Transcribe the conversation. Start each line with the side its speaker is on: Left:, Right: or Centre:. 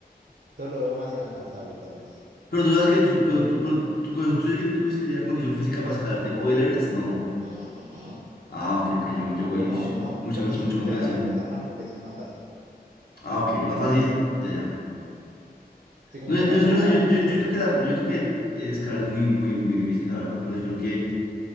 Right: lo veo más inalcanzable, tal vez.
Left: Pero tú sabes que tú, pero tú, pero tú, cosa- tú dices que tú dices que tienes la condición física para escalarte hoy el Everest. No.
Right: Mm, mm, mm.
Left: Ah, ok, ok, yo, yo
Right: Obvio
Left: voy.
Right: no,
Left: ush,
Right: obvio no.
Left: Mucha,
Right: Pero
Left: mucha,
Right: sí
Left: mucha
Right: como
Left: motivación.
Right: para empezar una progresión más fácil.
Left: Ah, ok, más fácil. Ya, ya.
Right: Sí, como
Left: No,
Right: que
Left: yo,
Right: parte
Left: yo,
Right: de una
Left: no sé,
Right: base
Left: yo, yo,
Right: más
Left: yo
Right: sólida.
Left: siento que, la- yo siento que escalar es muy, muy, muy difícil, la verdad. Pero yo creo que,